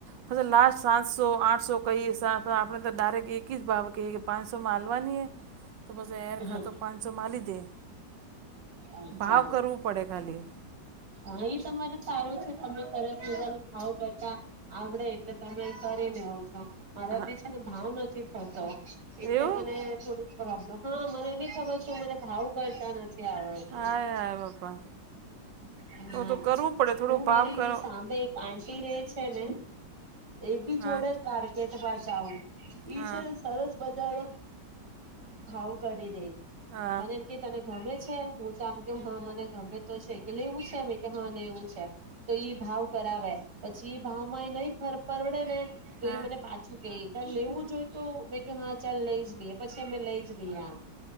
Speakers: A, on the right (about 80°); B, on the right (about 55°).
A: પછી લાસ્ટ સાતસો, આઠસો કહીએ સા આપણે આપણે તો ડાયરેક્ટ એકી જ ભાવ કે પાંચસો માં આલવાની હે તો પસી એર
B: હમ
A: ખાતો પાંચસોમાં આલી દે
B: અચ્છા
A: ભાવ કરવું પડે ખાલી
B: હા એ તમારે સારું છે તમે સરસ મજાનું ભાવ કરતા આવડે એટલે તમે એ કરી લેવ છો. મારાથી
A: હા
B: છે ને ભાવ નથ થી થતો એટલે
A: એવું
B: મને થોડીક પ્રોબ્લમ હા મને ની ખબર શું મને ભાવ કરતા નથ નથી આવડતું.
A: હાય હાય બાપા
B: હા
A: તો તો કરવું પડે થોડો
B: હું મારી
A: ભાવ કરો
B: સામે એક આંટી રે છે ને એ બી જોડે
A: હા
B: જ માર્કેટ બાજુ <inaudible> ઈ
A: હા
B: છે ને સરસ બજારો હાવુ કરી દે
A: હા
B: મને એમ કે તને ગમે છે. હું ત આમ કેઉં હહ મને ગમે તો છે. ઈ કે લેવું છે મેં કે હા કે લેવું છે, તો ઈ ભાવ કરાવે પછી, ભાવમાં એ નહી ફર પરવડેને તો
A: હા
B: ઈ મને પાછું કે તન લેવું જ હોય તો મેં કહ્યું હા ચલ લઈ જ લીએ. પછી મેં લઈ જ લીયા.